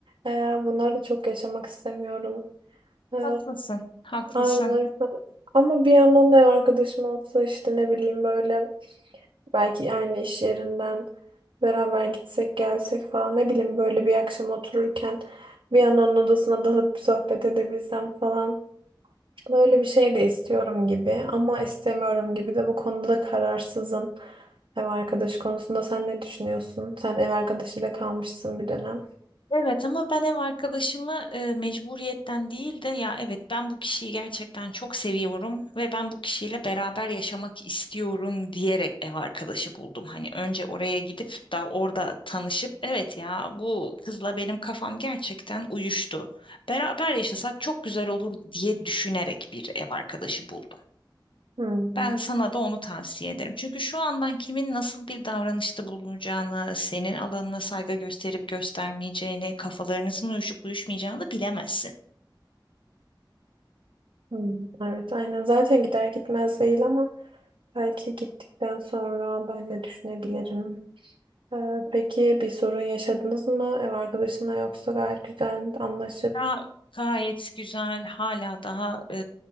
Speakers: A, on the right; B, on the left.
A: Ee, bunları da çok yaşamak istemiyorum. Ee,
B: Haklısın, haklısın.
A: aynen o Ama bir yandan da ev arkadaşım olsa işte ne bileyim böyle Belki aynı iş yerinden beraber gitsek gelsek falan ne bileyim böyle bir akşam otururken bir an onun odasına dalıp sohbet edebilsem falan. Böyle bir şey de istiyorum gibi ama istemiyorum gibi de bu konuda da kararsızım. Ev arkadaşı konusunda sen ne düşünüyorsun? Sen ev arkadaşıyla kalmışsın bir dönem.
B: Evet ama ben ev arkadaşımı e, mecburiyetten değil de ya evet ben bu kişiyi gerçekten çok seviyorum ve ben bu kişiyle beraber yaşamak istiyorum diyerek ev arkadaşı buldum. Hani önce oraya gidip daha orada tanışıp evet ya bu kızla benim kafam gerçekten uyuştu. Beraber yaşasak çok güzel olur diye düşünerek bir ev arkadaşı buldum.
A: Hmm,
B: Ben sana da onu tavsiye ederim. Çünkü şu andan kimin nasıl bir davranışta bulunacağını, senin alanına saygı gösterip göstermeyeceğini, kafalarınızın uyuşup uyuşmayacağını bilemezsin.
A: hmm. Evet aynen zaten gider gitmez değil ama belki gittikten sonra ben de düşünebilirim. Ee, peki bir sorun yaşadınız mı ev arkadaşınla yoksa gayet güzel anlaşıp
B: Daha gayet güzel. Hala daha e,